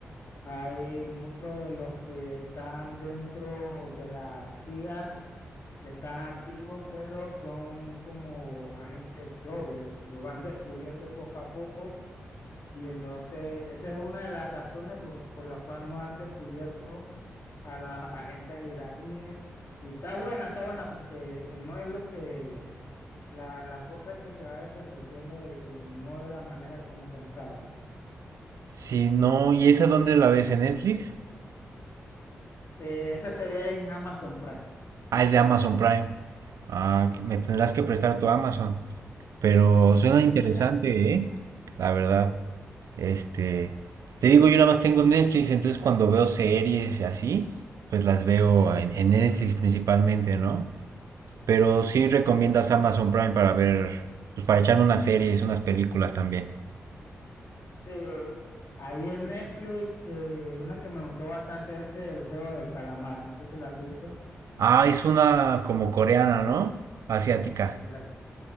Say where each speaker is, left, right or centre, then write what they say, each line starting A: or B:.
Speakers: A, on the left (about 60°); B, on the right (about 80°).
A: hay muchos de los que están dentro de la CIA que están activos, pero son como agentes dobles, lo van descubriendo poco a poco y entonces, esa es una de las razones por, por la cual no han descubierto a las agentes iraníes. Y está buena, está buena, porque no es lo que, la, la cosa es que se va desenvolviendo eh, eh, no de la manera que uno pensaba.
B: Sí, no, ¿y esa dónde la ves en Netflix?
A: Eh, esa sería en Amazon Prime.
B: Ah, es de Amazon Prime. Ah, que me tendrás que prestar tu Amazon. Pero suena
A: Sí,
B: interesante, ¿eh? La verdad. Este, te digo, yo nada más tengo Netflix, entonces cuando veo series y así, pues las veo en, en Netflix principalmente, ¿no? Pero sí recomiendas Amazon Prime para ver, pues para echarme unas series, unas películas también.
A: sí. Ahí en Netflix, eh, una que me gustó bastante es el juego del calamar, no sé si la has visto.
B: Ah, es una como coreana, ¿no? Asiática.
A: Correcto.